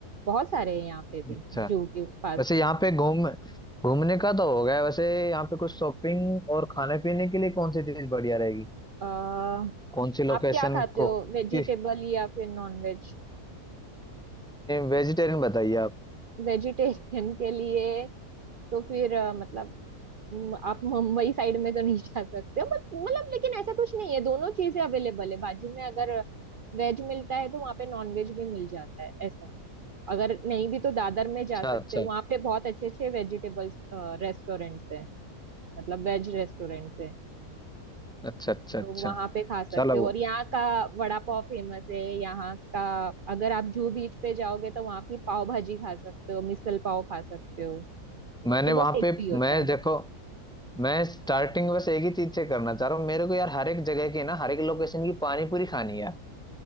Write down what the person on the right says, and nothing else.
बहुत सारे हैं यहाँ पे भी
जू के पास
में
आ,
आप क्या खाते
हो वेजिटेबल
या फिर नॉन वेज
वेजिटेरियन के लिए तो फिर अ, मतलब म, आप मुंबई साइड में तो <laughs> नहीं जा सकते हो बट मतलब लेकिन ऐसा कुछ नहीं है दोनों चीजें अवेलेबल है बाजू में अगर वेज मिलता है तो वहाँ पे नॉन वेज भी मिल जाता है ऐसा अगर नहीं भी तो दादर में जा
सकते
हो वहाँ पे बहुत अच्छे अच्छे वेजिटेबल्स रेस्टोरेंट्स हैं मतलब वेज रेस्टोरेंट्स हैं
तो
वहाँ पे खा सकते
हो
और यहाँ का वड़ा पाव फेमस है यहाँ का अगर आप जूहू बीच पे जाओगे तो वहाँ की पाव भाजी खा सकते हो मिसल पाव खा सकते हो
ये बहुत
टेस्टी
होता
है